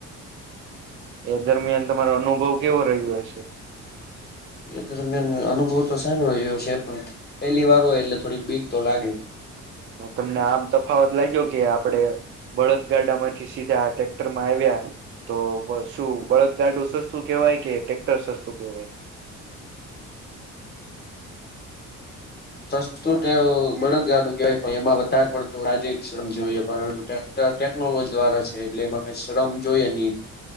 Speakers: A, on the right; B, on the left.
A: એ દરમિયાન તમારો અનુભવ કેવો રહ્યો હશે.
B: એ દરમિયાન અનુભવ તો સારો રહ્યો છે પણ પેલી વાર હોય એટલે થોડીક બીક તો લાગે જ.
A: હ તમને આમ તફાવત લાઈગો કે આપડે. બળદગાડા માંથી સીધા આ ટ્રેક્ટર માં આવ્યા તો. તો શું બળદ ગાડું સસ્તું કહેવાય કે ટેક્ટર સસ્તું કહેવાય.
B: સસ્તું તેવું બળદગાડું કહેવાય પણ એમાં વધારે પડત રાજ્ય શ્રમ જોએ પરંતુ ટ્રેક્ટર. ટેકનોલોજી દ્વારા છે એટલે એમાં કઈ શ્રમ જોઈએ નહી